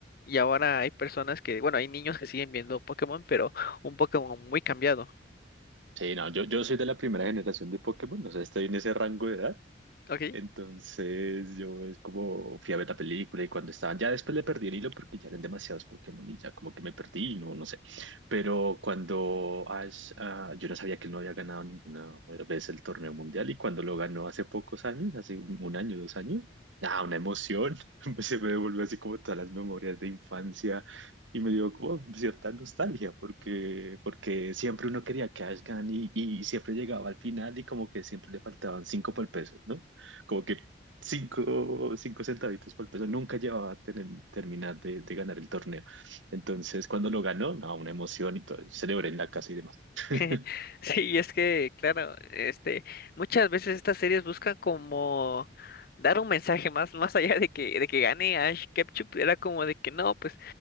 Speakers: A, on the left; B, on the right.
A: Y ahora hay personas que, bueno, hay niños que siguen viendo Pokémon, pero un Pokémon muy cambiado,
B: Sí, no, yo, yo soy de la primera generación de Pokémon, o sea, estoy en ese rango de edad.
A: ¿ok?
B: Entonces yo es como fui a ver la película y cuando estaban, ya después le perdí el hilo porque ya eran demasiados Pokémon y ya como que me perdí, y no, no sé. Pero cuando Ash, ah, yo no sabía que él no había ganado ninguna vez el torneo mundial y cuando lo ganó hace pocos años, hace un, un año, dos años, nada, una emoción, <laughs> se me devolvió así como todas las memorias de infancia y me dio como cierta nostalgia porque, porque siempre uno quería que Ash gane y, y siempre llegaba al final y como que siempre le faltaban cinco por el peso, ¿no? Como que cinco, cinco centavitos por peso. Nunca llevaba a tener- terminar de, de ganar el torneo. Entonces, cuando lo ganó, no, una emoción y todo. Celebré en la casa y demás. <laughs>
A: <laughs> Sí, y es que, claro, este, muchas veces estas series buscan como dar un mensaje más, más allá de que, de que gane Ash Ketchum, era como de que no, pues,